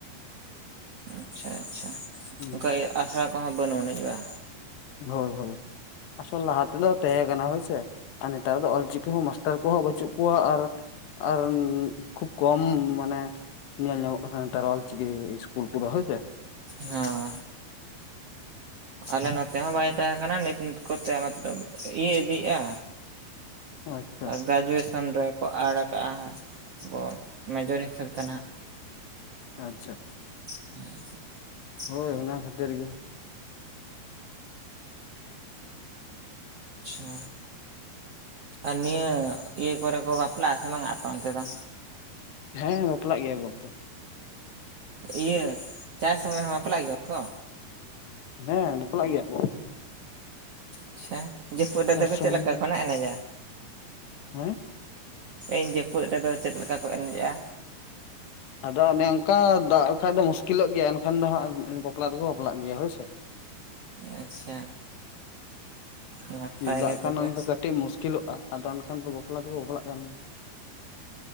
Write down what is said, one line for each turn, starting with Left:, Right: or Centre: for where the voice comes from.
Right: ᱟᱪᱪᱷᱟ ᱟᱪᱪᱷᱟ
Left: ᱦᱟᱸᱜ
Right: ᱟᱱᱠᱟ ᱟᱥᱲᱟ <inaudible> ᱵᱟᱱᱩᱜ ᱟᱱᱤᱡ ᱵᱟ?
Left: ᱦᱳᱭ ᱦᱳᱭ ᱟᱥᱚᱞ ᱞᱟᱦᱟ ᱛᱮᱞᱚ ᱛᱟᱦᱮᱸ ᱠᱟᱱᱟ ᱦᱳᱭᱥᱮ ᱟᱨ ᱱᱮᱛᱟᱨ ᱫᱚ ᱚᱞᱪᱤᱠᱤ ᱦᱚᱸ ᱢᱟᱥ ᱴᱟᱨ ᱠᱚᱦᱚᱸ ᱵᱟᱹᱪᱩᱜ ᱠᱚᱣᱟ ᱟᱨ ᱟᱨ ᱠᱷᱩᱵ ᱠᱚᱢ ᱢᱟᱱᱮ ᱧᱮᱞ ᱧᱟᱢᱚᱜ ᱠᱟᱱᱟ ᱱᱮᱛᱟᱨ ᱚᱞᱪᱤᱠᱤ ᱤᱥᱠᱩᱞ ᱠᱚᱫᱚ ᱦᱳᱭ ᱥᱮ
Right: ᱦᱮᱸ <inaudible> ᱟᱞᱮ ᱱᱚᱛᱮ ᱦᱚᱸ ᱵᱟᱭ ᱛᱟᱦᱮᱸ ᱠᱟᱱᱟ ᱱᱤᱛ ᱱᱤᱛ ᱠᱚᱛᱮ ᱢᱚᱛᱞᱚᱵ ᱤᱭᱟᱹ ᱤᱫᱤᱜᱼᱟ
Left: ᱳ ᱟᱪᱪᱷᱟ
Right: ᱜᱨᱮᱡᱩᱭᱮᱥᱚᱱ ᱨᱮᱠᱚ ᱟᱹᱲ ᱠᱟᱜᱼᱟ ᱟᱵᱚ ᱢᱮᱡᱚᱨ ᱦᱤᱥᱟᱹᱵ ᱛᱮ ᱱᱟᱦᱟᱜ
Left: ᱟᱪᱪᱷᱟ ᱟᱪᱟ
Right: ᱦᱮᱸ
Left: ᱦᱳᱭ ᱚᱱᱟ ᱠᱷᱟᱹᱛᱤᱨ ᱜᱮ
Right: ᱟᱪᱪᱷᱟ ᱟᱨ ᱱᱤᱭᱟᱹ ᱤᱭᱟᱹ ᱠᱚᱨᱮ ᱠᱚ ᱵᱟᱯᱞᱟᱜᱼᱟ ᱥᱮ ᱵᱟᱝ ᱟᱯᱮ ᱚᱱᱛᱮ ᱫᱚ?
Left: ᱦᱮᱸ ᱵᱟᱯᱞᱟᱜ ᱜᱮᱭᱟ ᱜᱚᱝᱠᱮ
Right: ᱤᱭᱟᱹ ᱪᱟᱥ ᱥᱚᱢᱚᱭ ᱦᱚᱸ ᱵᱟᱯᱞᱟᱜ ᱜᱮᱭᱟ ᱠᱚ?
Left: ᱦᱮᱸ ᱵᱟᱯᱞᱟᱜ ᱜᱮᱭᱟ ᱠᱚ
Right: ᱟᱪᱪᱷᱟ ᱡᱟᱹᱯᱩᱫ ᱨᱮᱫᱚ
Left: ᱪᱟᱥ ᱥᱩᱢᱩᱝ
Right: ᱪᱮᱫ ᱞᱮᱠᱟ
Left: ᱜᱮ
Right: ᱠᱚᱱᱟᱜ ᱮᱱᱮᱡᱟ?
Left: ᱦᱮᱸ
Right: ᱤᱧ ᱡᱟᱹᱯᱩᱫ ᱨᱮᱫᱚ ᱪᱮᱫ ᱞᱮᱠᱟ ᱠᱚ ᱮᱱᱮᱡᱼᱟ?
Left: ᱟᱫᱚ ᱚᱱᱮ ᱚᱱᱠᱟ ᱫᱟᱜ ᱞᱮ ᱠᱷᱟᱱᱡ ᱫᱚ ᱢᱩᱥᱠᱤᱞᱚᱜ ᱜᱮᱭᱟ ᱮᱱᱠᱷᱟᱱ ᱫᱚ ᱦᱟᱸᱜ ᱵᱟᱯᱞᱟ ᱫᱚᱠᱚ ᱵᱟᱯᱞᱟᱜ ᱜᱮᱭᱟ ᱦᱳᱭᱥᱮ
Right: ᱟᱪᱪᱷᱟ ᱱᱟᱯᱟᱭ
Left: ᱫᱟᱜ
Right: ᱜᱮ ᱛᱚᱵᱮ
Left: ᱠᱷᱟᱱ ᱚᱱᱠᱟ ᱠᱟᱹᱴᱤᱡ ᱢᱩᱥᱠᱤᱞᱚᱜᱼᱟ ᱟᱫᱚ ᱮᱱᱠᱷᱟᱱ ᱫᱚ ᱵᱟᱯᱞᱟ ᱫᱚᱠᱚ ᱵᱟᱯᱞᱟᱜ ᱠᱟᱱ ᱜᱮᱭᱟ